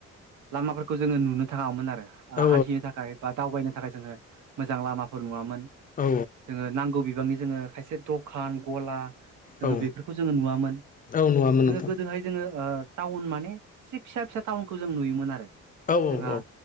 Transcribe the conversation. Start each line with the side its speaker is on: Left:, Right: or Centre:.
Right: लामाफोरखौ जोङो नुनो थाङामोन आरो
Left: औ
Right: हान्थिनो थाखाय बा दावबायनो थाखाय जोङो मोजां लामाफोर नुवामोन।
Left: औ
Right: जोङो नांगौ बिबांनि जोङो खायसे दखान गला जोङो
Left: औ
Right: बेफोरखौ जोङो नुवामोन।
Left: औ नुआ मोन
Right: जोङो
Left: नोंथां
Right: गोदोहाय जोङो टाउन माने एसे फिसा फिसा टाउनखौ जों नुयोमोन आरो
Left: औ औ
Right: जोंहा
Left: औ